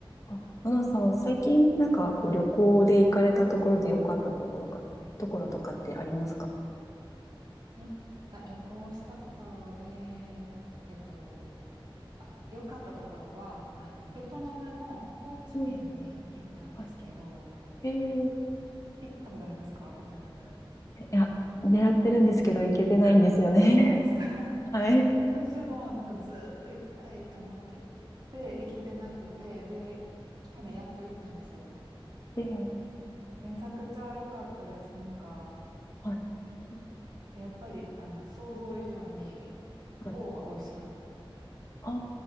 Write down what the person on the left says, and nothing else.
あ、アナさん、最近なんかこう旅行で行かれたところで良かったところか、ところとかってありますか
うん。はい。えー、い
や、狙ってるんですけど行けてないんですよね。
<laughs> はい。
で、
はい。うん
はい。
あ